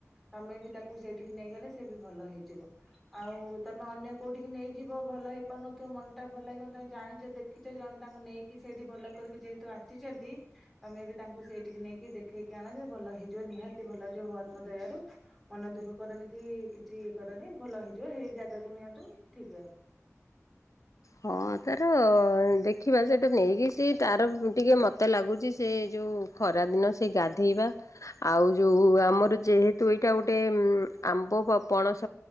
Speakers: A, in the centre; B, on the left.
A: ତମେ ବି ତାକୁ ସେଇଠିକି ନେଇଗଲେ ସେ ବି ଭଲ ହେଇଯିବ। ଆଉ ତମେ ଅନ୍ୟ କୋଉଠିକି ନେଇଯିବ ଭଲ ହେଇ ପାରୁନଥିବ ମନ ଟା ଭଲ ଲାଗିବେ ତମେ ଜାଣିଛ ଦେଖ ଶିକ୍ିତ ଜଣେ ତାଙ୍କୁ ନେଇକି ସେଇଠି ଭଲ କରିକି ଯେହେତୁ ଆସିଛନ୍ତି ତମେ ବି ତାଙ୍କୁ ସେଇଠିକି ନେଇକି ଦେଖେଇକି ଆଣ ଭଲ ହେଇଯିବ ନିହାତି ଭଲ ହେଇଯିବ ଭଗବାନ ଙ୍କ ଦୟାରୁ। ମନ ଦୁଃଖ କରନି କି କିଛି କରନି ଭଲ ହେଇଯିବ ହେଇ ଜାଗାକୁ ନିଅନ୍ତୁ ଠିକ ହବ।
B: ହଁ ତାର ଦେଖିବା ସେଟା ନେଇକି ସେ ତାର ଟିକେ ମତେ ଲାଗୁଛି ସେ ଯୋଉ ଖରାଦିନ ସେ ଗାଧୋଇବା ଆଉ ଯୋଉ ଆମର ଯେହେତୁ ଏଇଟା ଗୋଟେ ଆମ୍ବ ପଣସ